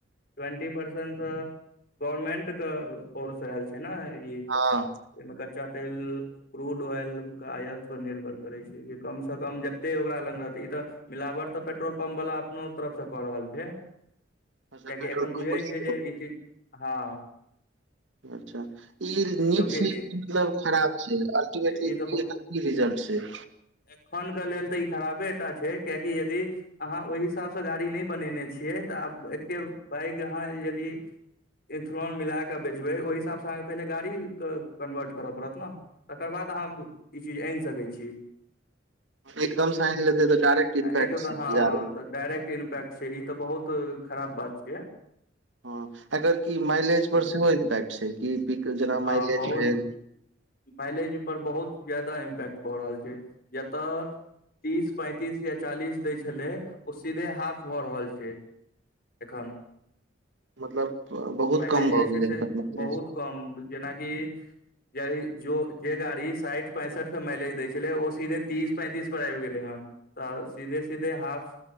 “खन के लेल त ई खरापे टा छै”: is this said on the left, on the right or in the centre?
Left